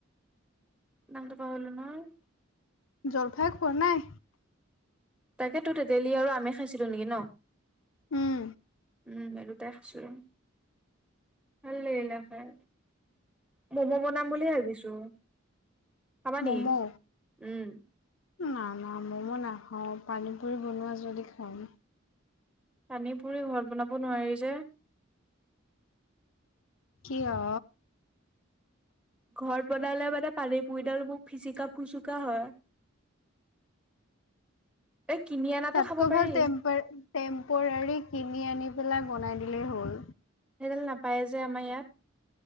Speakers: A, in the centre; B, on the left.
A: নামটো পাহৰিলো নহয়।
B: জলফাই খোৱা নাই।
A: তাকে তো তেতেলী আৰু আমে খাইছিলো নেকি ন
B: উম
A: উম এই দুটাই খাইছিলো। ভাল লাগিলে খাই ম'ম' বনাম বুলি ভাবিছো। খাবা
B: ম'ম'
A: নেকি উম
B: না না মম নাখাওঁ পানী পুৰি বনোৱা যদি খাম।
A: পানী পুৰি ঘৰত বনাব নোৱাৰি যে
B: কিয়?
A: ঘৰত বনালে মানে পানী পুৰিডাল মোক ফিচিকা ফুচুক কা হয় এই কিনি অনাতো
B: তাতকৈ
A: খাব পাৰি
B: ভাল টেম্প টেম্পোৱাৰী কিনি আনি পেলাই বনাই দিলেই হ'ল।
A: সেইডাল নাপায় যে আমাৰ ইয়াত